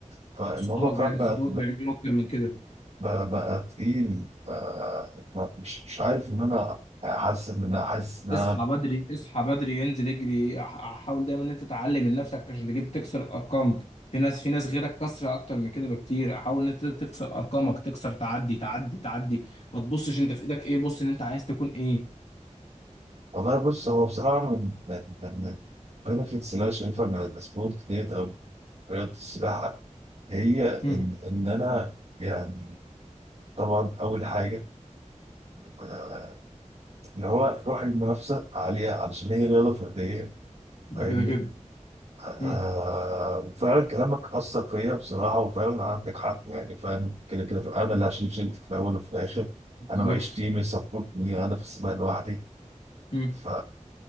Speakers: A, on the right (about 55°); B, on the left (about 60°).
A: فالموضوع
B: صحابك
A: فاهم
B: بي...
A: بقى
B: صحابك بيعملوا اكتر من كده
A: بقى, بقى تقيل بقى ما- مش مش عارف ان انا احسن منها حاسس انها
B: اصحى بدري اصحى بدري انزل اجري ح- حاول دايما ان انت تعلم من نفسك عشان تجيب تكسر الارقام في ناس في ناس غيرك كسره اكتر من كده بكتير حاول ان انت تكسر ارقامك تكسر تعدي تعدي تعدي ما تبصش انت في ايدك ايه بص ان انت عايز تكون ايه
A: والله بص هو بصراحه من من من البنفيتس اللي انا شايفها من السبورت ديت او رياضه السباحه هي ان
B: مم.
A: ان انا يعني طبعا اول حاجه آه، اللي هو روح المنافسه عليها علشان هي رياضه فرديه
B: ده
A: فاهمني
B: كده كده
A: آه
B: مم.
A: فعلا كلامك أثر فيا بصراحة وفعلا عندك حق يعني فاهم كده كده في- أنا اللي هشيل شيلتي في الأول وفي الآخر
B: بالظبط
A: أنا معيش تيم يسبورتني أنا في السباق لوحدي
B: مم.
A: ف